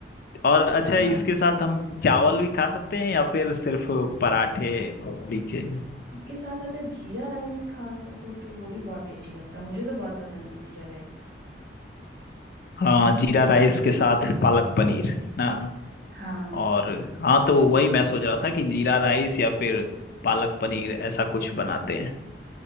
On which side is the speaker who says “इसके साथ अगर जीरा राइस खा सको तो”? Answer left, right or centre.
Right